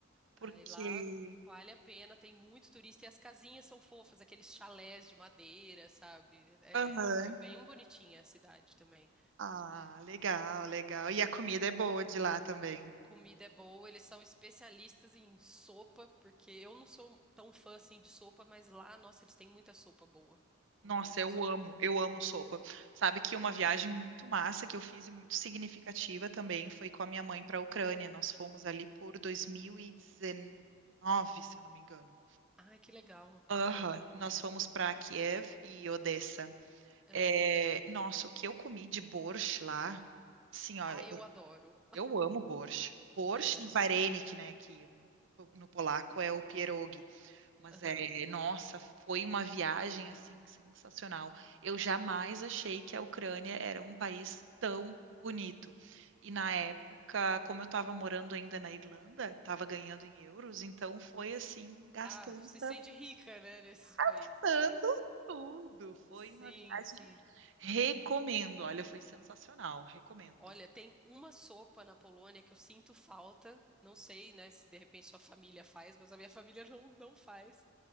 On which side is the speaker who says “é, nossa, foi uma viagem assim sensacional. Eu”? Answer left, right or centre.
Right